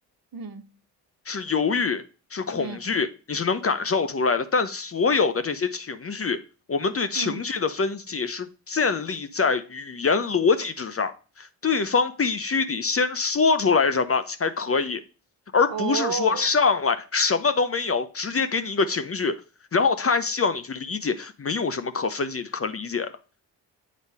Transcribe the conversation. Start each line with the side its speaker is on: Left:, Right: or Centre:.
Right: 嗯
Left: 是犹豫，是恐惧，
Right: 嗯
Left: 你是能感受出来的。但所有的这些情绪，我们对情绪的分析是建立在语言逻辑之上，
Right: 嗯，
Left: 对方必须得先说出来什么才可以，而不是说上来什么都没有，
Right: 哦，
Left: 直接给你一个情绪，然后他还希望你去理解，没有什么可分析可理解的。